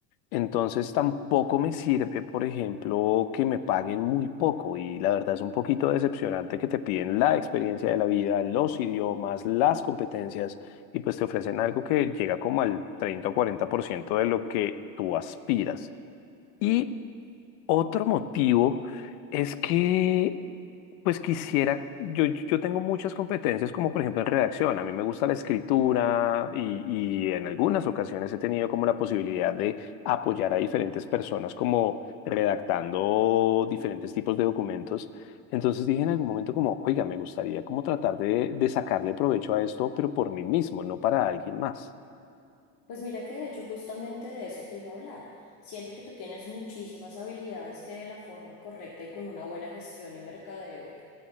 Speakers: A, on the left; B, on the left.
A: Entonces tampoco me sirve, por ejemplo, que me paguen muy poco y la verdad es un poquito decepcionante que te piden la experiencia de la vida, los idiomas, las competencias y pues te ofrecen algo que llega como al 30 o 40% de lo que tú aspiras. Y otro motivo es que pues quisiera, yo, yo tengo muchas competencias, como por ejemplo en redacción. A mí me gusta la escritura y, y en algunas ocasiones he tenido como la posibilidad de apoyar a diferentes personas como redactando diferentes tipos de documentos. Entonces dije en algún momento como, oiga, me gustaría como tratar de, de sacarle provecho a esto, pero por mí mismo, no para alguien más.
B: Pues mira que de hecho justamente de eso te iba a hablar. Siento que tú tienes muchísimas habilidades que de la forma correcta y con una buena gestión y mercadeo